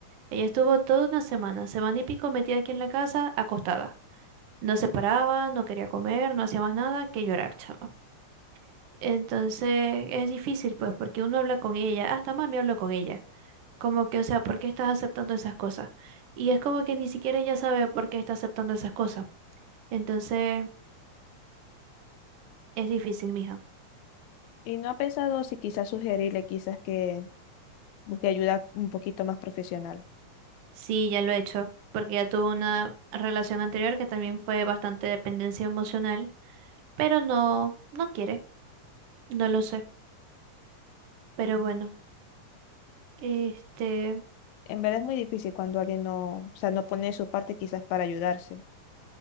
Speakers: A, on the right; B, on the left.
A: Ella estuvo toda una semana, semana y pico metida aquí en la casa, acostada. No se paraba, no quería comer, no hacía más nada que llorar, chama. Entonces es difícil, pues, porque uno habla con ella, hasta mami habló con ella. Como que, o sea, ¿por qué estás aceptando esas cosas? Y es como que ni siquiera ella sabe por qué está aceptando esas cosas. Entonces, es difícil, mija.
B: Y no ha pensado si quizás sugerirle, quizás que busque ayuda un poquito más profesional.
A: Sí, ya lo he hecho, porque ya tuvo una relación anterior que también fue bastante dependencia emocional, pero no, no quiere, no lo sé. Pero bueno, este,
B: En verdad es muy difícil cuando alguien no, o sea, no pone de su parte quizás para ayudarse.